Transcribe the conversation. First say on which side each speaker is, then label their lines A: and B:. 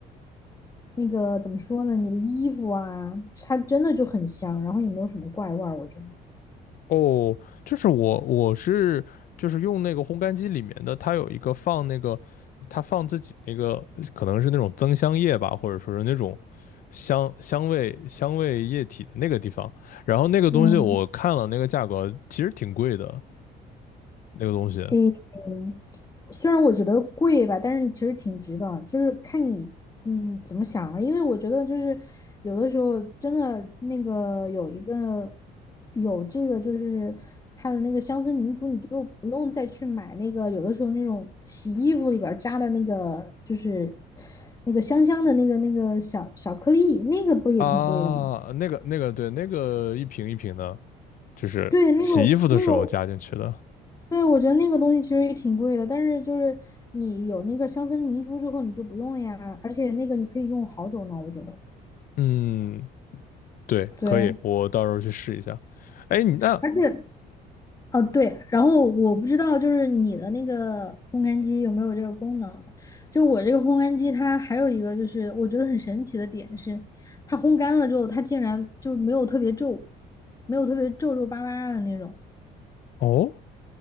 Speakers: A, on the left; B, on the left.
A: 那个怎么说呢？你的衣服啊，它真的就很香，然后也没有什么怪味儿，我觉得。
B: 哦，就是我我是就是用那个烘干机里面的，它有一个放那个，它放自己那个可能是那种增香液吧，或者说是那种香香味香味液体的那个地方。然后那个东西我看了那个价格，
A: 嗯
B: 其实挺贵的，那个东西
A: 嗯，虽然我觉得贵吧，但是其实挺值的，就是看你嗯怎么想了。因为我觉得就是有的时候真的那个有一个有这个就是它的那个香氛凝珠，你就不用再去买那个有的时候那种洗衣服里边儿加的那个就是那个香香的那个那个小小颗粒，那个不也挺贵的吗？
B: 啊，那个那个对，那个一瓶一瓶的，就是洗衣服的时候加进去的。
A: 对，那种那种。对，我觉得那个东西其实也挺贵的，但是就是你有那个香氛凝珠之后，你就不用了呀。而且那个你可以用好久呢，我觉得。
B: 嗯，对，
A: 对，
B: 可以，我到时候去试一下。哎，你那
A: 而且呃对，然后我不知道就是你的那个烘干机有没有这个功能。就我这个烘干机，它还有一个就是我觉得很神奇的点是，它烘干了之后，它竟然就没有特别皱，没有特别皱皱巴巴的那种。
B: 哦，